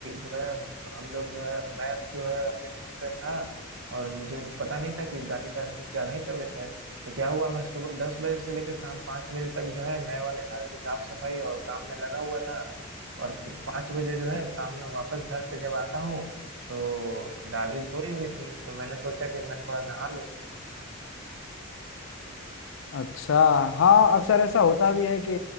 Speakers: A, on the right (about 60°); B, on the left (about 60°).
A: जो है हम लोग जो है मैं जो है अपने काम पे था और मुझे पता नहीं था कि दादी का कुछ ज्यादा ही तबीयत है तो क्या हुआ मैं सुबह दस बजे से लेकर शाम पाँच बजे तक जो है नए वाले घर की साफ सफाई और काम में लगा हुआ था और पाँच बजे जो है शाम में वापस घर पे जब आता हूँ तो दादी सोई हुई थी तो मैंने सोचा कि मैं थोड़ा नहा लूँ
B: अच्छा हाँ अक्सर ऐसा होता भी है कि